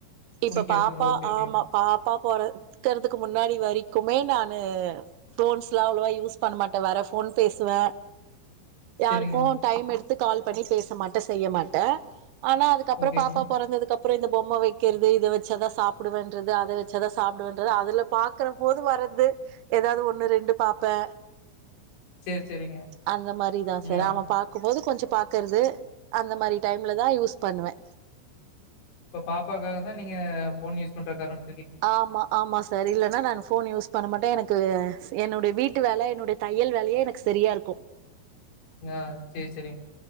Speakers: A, on the right; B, on the left.
A: இப்ப
B: புடிக்காது.
A: பாப்பா
B: ஓகே, ஓகே.
A: ஆமா பா ப்பா போறக்கறதுக்கு முன்னாடி வரிக்குமே நானு ஃபோன்ஸ் லா அவ்ளோவா யூஸ் பண்ண மாட்டே வர ஃபோன் பேசுவ யாருக்கோ
B: சரிங்க.
A: டைம் எடுத் த்து கால் பண்ணி பேச மாட்ட செய்ய மாட்ட ஆனா அதுக்கப்புறம்
B: ஓகேங்க.
A: பாப்பா பொறந்ததுக் கப் அப்றோ இந்த பொம்ம வைக்கிறது இத வச்சாதா சாப்டுவேண்றது அத வச்சாதா சாப்டுவேண்றது அதுல பாக்குற போது வர்றது ஏதாவது ஒண்ணு ரெண்டு பாப்பே
B: சரி, சரிங்க.
A: அந்த மாரி தா சார்
B: ம். ஆ.
A: அவ பாக்கும் போது கொஞ்சோ பாக்கறது அந்த மரி டைம்ல தா யூஸ் பண்ணுவே
B: ப்போ பாப்பாக்காக தா நீங்க ஃபோன் யூஸ் பண்ற காரண்
A: ஆமா ஆமா சார் இல்லன்னா நானு ஃபோன் யூஸ் பண்ண மாட்டே எனக் க்கு என்னுடைய வீட்டு வேல என்னுடைய தையல் வேலையே எனக்கு செரியா இருக்கு
B: ஆஹ் சேர் சரிங்